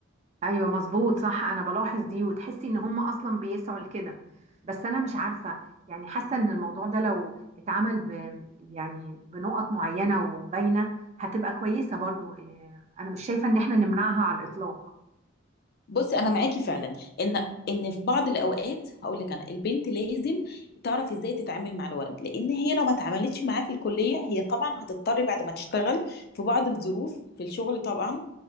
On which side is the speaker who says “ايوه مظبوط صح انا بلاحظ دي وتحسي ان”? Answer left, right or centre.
Right